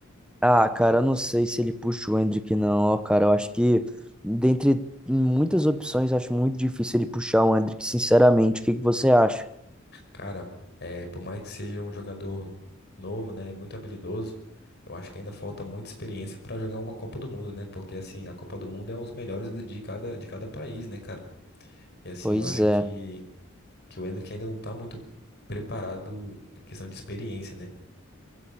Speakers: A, in the centre; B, on the left.
A: Ah, cara, eu não sei se ele puxa o Hendrick, não, ó, cara. Eu acho que, dentre muitas opções, eu acho muito difícil ele puxar o Hendrick, sinceramente. O que que você acha?
B: Cara, é, por mais que seja um jogador novo, né? E muito habilidoso, eu acho que ainda falta muita experiência pra jogar uma Copa do Mundo, né? Porque, assim, a Copa do Mundo é os melhores do- de cada, de cada país, né, cara? E, assim,
A: Pois
B: eu acho
A: é.
B: que que o Endrick ainda não tá muito preparado em questão de experiência, né?